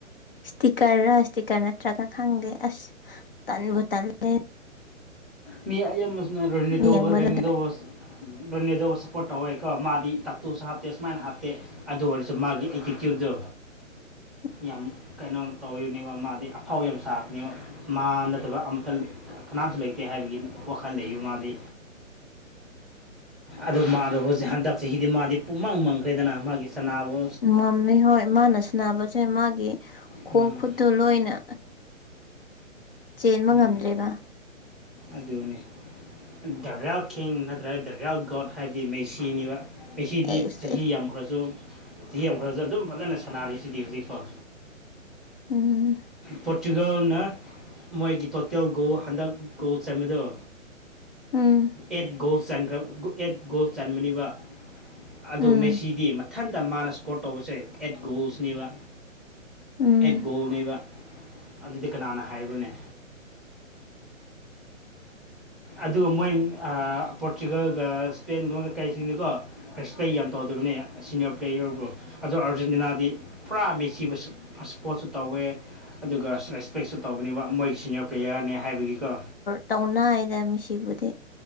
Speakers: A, on the left; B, in the centre.
A: ꯁ꯭ꯇꯤꯛꯀꯔꯔ ꯁ꯭ꯇꯤꯛꯀꯔ ꯅꯠꯇ꯭ꯔꯒ ꯈꯪꯗꯦ ꯑꯁ ꯇꯟꯕꯨ ꯇꯜꯂꯦ
B: ꯃꯤ ꯑꯌꯥꯝꯕ <unintelligible>
A: ꯌꯦꯡꯕꯗꯨꯗ
B: ꯑꯗꯨꯅꯦ ꯑꯗꯨꯕꯨ ꯁꯞꯄꯣꯔꯠ ꯇꯧꯋꯦꯀꯣ ꯃꯥꯗꯤ ꯇꯥꯛꯇꯨꯁꯨ ꯍꯥꯞꯇꯦ ꯁꯨꯃꯥꯏꯅ ꯍꯥꯞꯇꯦ ꯑꯗꯨ ꯑꯣꯏꯔꯁꯨ ꯃꯥꯒꯤ ꯑꯦꯇꯤꯇ꯭ꯌꯨꯠꯗꯣ
A: <inaudible>
B: ꯌꯥꯝ ꯀꯩꯅꯣ ꯇꯧꯔꯤꯕꯅꯦꯕ ꯃꯥꯗꯤ ꯑꯐꯥꯎ ꯌꯥꯝ ꯁꯥꯕꯅꯦꯕ ꯃꯥ ꯅꯠꯇꯕ ꯑꯝꯇ ꯀꯅꯥꯁꯨ ꯂꯩꯇꯦ ꯍꯥꯏꯕꯒꯤ ꯋꯥꯈꯜ ꯂꯩꯕ ꯃꯥꯗꯤ ꯑꯗꯣ ꯃꯥꯗꯣ ꯍꯧꯖꯤꯛ ꯍꯟꯗꯛ ꯆꯍꯤꯗꯤ ꯃꯥꯗꯤ ꯄꯨꯃꯥꯡ ꯃꯪꯈ꯭ꯔꯦꯗꯅ ꯃꯥꯒꯤ ꯁꯅꯥꯕꯣ
A: ꯉꯝꯃꯦ ꯍꯣꯏ ꯃꯥꯅ ꯁꯅꯥꯕꯁꯦ ꯃꯥꯒꯤ ꯈꯣꯡ
B: ꯎꯝ
A: ꯈꯨꯠꯇꯨ ꯂꯣꯏꯅ ꯆꯦꯟꯕ
B: ꯎꯝ
A: ꯉꯝꯗ꯭ꯔꯦꯕ
B: ꯑꯗꯨꯅꯦ ꯗ ꯔꯦꯜ ꯀꯤꯡ ꯅꯠꯇ꯭ꯔꯒ ꯗ ꯔꯦꯜ ꯒꯣꯠ ꯍꯥꯏꯗꯤ ꯃꯦꯁꯤꯅꯦꯕ ꯄꯦꯁꯤꯗꯤ
A: ꯑꯦꯁ
B: ꯆꯍꯤ
A: ꯑꯦꯁ
B: ꯌꯥꯝꯈ꯭ꯔꯁꯨ ꯆꯍꯤ ꯌꯥꯝꯈ꯭ꯔꯁꯨ ꯑꯗꯨꯝ ꯐꯖꯅ ꯁꯥꯟꯅꯔꯤꯁꯤꯗꯤ ꯍꯧꯖꯤꯛꯀꯣ
A: ꯎꯝ
B: ꯄꯣꯔꯇꯨꯒꯜꯅ ꯃꯣꯏꯒꯤ ꯇꯣꯇꯦꯜ ꯒꯣꯜ ꯍꯟꯗꯛ ꯒꯣꯜ ꯆꯟꯕꯤꯗꯧ
A: ꯎꯝ
B: ꯑꯦꯠ ꯒꯣꯜꯈ꯭ꯔ ꯑꯦꯠ ꯒꯣꯜ ꯆꯟꯕꯅꯤꯕ ꯑꯣ
A: ꯎꯝ
B: ꯃꯦꯁꯤꯗꯤ ꯃꯊꯟꯇ ꯃꯥꯅ ꯏꯁꯀꯣꯔ ꯇꯧꯕꯁꯦ ꯑꯦꯠ ꯒꯣꯜꯁꯅꯦꯕ
A: ꯎꯝ
B: ꯑꯦꯠ ꯒꯣꯅꯦꯕ ꯑꯗꯨꯗꯤ ꯀꯅꯥꯅ ꯍꯥꯏꯕ꯭ꯔꯣꯅꯦ ꯑꯗꯨꯒ ꯃꯣꯏ ꯄꯣꯔꯇꯨꯒꯜꯒ ꯏꯁꯄꯦꯟꯒꯨꯝꯕ ꯀꯩꯀꯩꯁꯤꯡꯅꯤꯀꯣ ꯔꯦꯁꯄꯦꯛ ꯌꯥꯝ ꯇꯧꯗꯕꯅꯦ ꯁꯤꯅꯤꯌꯔ ꯄ꯭ꯂꯦꯌꯔꯕꯨ ꯑꯗꯨꯗ ꯑꯥꯔꯖꯦꯟꯇꯤꯅꯥꯗꯤ ꯄꯨꯔꯥ ꯃꯦꯆꯤꯕꯁꯨ ꯁꯄꯣꯠꯁꯨ ꯇꯧꯋꯦ ꯑꯗꯨꯒ ꯔꯦꯁꯄꯦꯛꯁꯨ ꯇꯧꯕꯅꯦꯕ ꯃꯣꯏꯒꯤ ꯁꯤꯅꯤꯌꯔ ꯄ꯭ꯂꯦꯌꯔꯅꯦ ꯍꯥꯏꯕꯒꯤꯀꯣ
A: ꯇꯧꯅꯥꯏꯅ ꯃꯤꯁꯤꯕꯨꯗꯤ